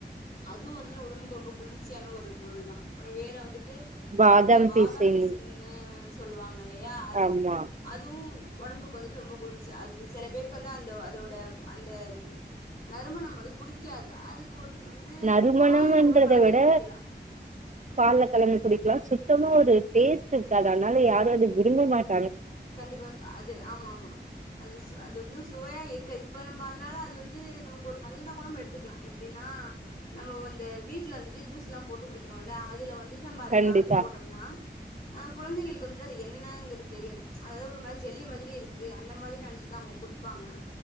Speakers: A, on the left; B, on the right.
A: அதுவு வந்துட்டு ஒடம்புக்கு ரொம்ப குளிர்ச்சியான ஒரு பொருள் தா அப்றோ வேற வந்துட் ட்டு
B: பாதாம்
A: இந்த பாதம்
B: பிசின்
A: பிசுன்னு சொல்லுவாங்ககில ல்லையா அது
B: ஆமா
A: அதுவு ஒடம்புக்கு வந்துட்டு ரொம்ப குளிர்ச்சி அது செல பேருக்கு வந்து அந்த அதோட அந்த நறுமணம் வந்து புடிக்காது அதுக்கு ஒன் வந்து
B: நறுமணம்ன்றத
A: நம்ம பால்ல கூட கலந்து
B: விட
A: குடிக்கலா
B: பால்ல கலந்து குடிக்கலா சுத்தமா இது டேஸ்ட் இருக்காது அதனால யாரு அத விரும்ப மாட்
A: கண்டிப்பாஸ் அது ஆமா ஆமா அதுஸ் அது வந்துஸ் சுவையா இருக்காது இப்ப நம்ப அதனால அது வந்து நமக்கொரு நல்லதா கூட நம்ப எடுத்துக்லா எப்டின்னா நம்ப வந்த வீட்ல வந்துட்டு ஜூஸ்லா போட்டு குடிக்கிறோல அதுல வந்துட் நம்ப அத
B: கண்டிப்பா
A: கலந்து போட்டோம்னா ஆஹ் கொழந்தைகளுக்கு வந்துட்டு அது என்னங்கறது தெரியாது ம்ச் அதாது ஒரு மாரி ஜெல்லி மாதிரி இருக்கு அந்த மாதிரி நெனச்சிட்டுதா அவங்க குடிப்பாங்க